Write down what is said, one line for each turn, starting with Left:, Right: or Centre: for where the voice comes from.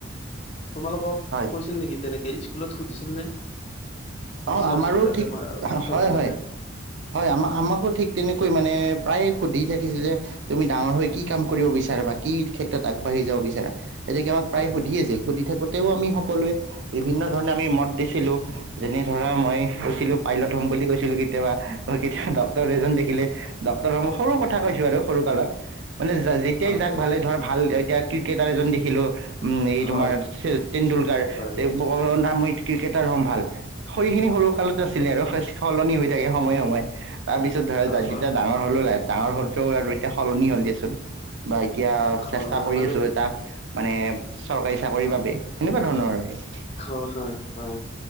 Left: তোমালোকক
Right: হয়
Left: কৈছিল নেকি তেনেকে স্কুলত সুধিছিলনে? টিচাৰ্চ
Right: অ আমাৰো
Left: বিলাকে
Right: ঠিক
Left: আমাৰ শিক্ষক
Right: হয়
Left: বিলাকে।
Right: হয় হয় অমা আমাকো ঠিক তেনেকৈ মানে প্ৰায়েই সুধি থাকিছিলে। তুমি ডাঙৰ হৈ কি কাম কৰিব বিচাৰা বা কি ক্ষেত্ৰত আগবাঢ়ি যাব বিচাৰা? গতিকে আমাক
Left: হয়
Right: প্ৰায়েই সুধি আছিল সুধি থাকোঁতেও আমি সকলোৱে বিভিন্ন ধৰণে আমি মত দিছিলোঁ। যেনে ধৰা মই কৈছিলোঁ পাইলট হ'ম বুলি কৈছিলোঁ কেতিয়াবা। কেতিয়াবা ডক্টৰ এজন দেখিলে ডক্টৰ হম সৰু কথা কৈছোঁ আৰু সৰু কালত। মানে যা যেতিয়াই
Left: হয়
Right: যাক
Left: হয়
Right: ভালে ধৰ ভাল এতিয়া ক্ৰিকেটাৰ এজন দেখিলোঁ। উম এই
Left: হয়
Right: তোমাৰ শচিন তেণ্ডুলকাৰ
Left: হয়
Right: তেওঁ লোকৰ নাম মই ক্ৰিকেটাৰ হম ভাল। সই খিনি সৰু কালত আছিলে আৰু সলনি হৈ থাকে সময়ে সময়ে তাৰপিছত ধৰা যা
Left: হয়
Right: যেতিয়া
Left: হয়
Right: ডাঙৰ হলো ডাঙৰ হ'লোতো আৰু এতিয়া সলনি হ'ল দিয়াচোন। তাৰপৰা এতিয়া
Left: হয়
Right: চেষ্টা
Left: হয়
Right: কৰি
Left: মানে
Right: আছোঁ এটাত মানে চৰকাৰী চাকৰিৰ বাবে সেনেকুৱা ধৰণৰ।
Left: হয়ঁ হয়ঁ হয়ঁ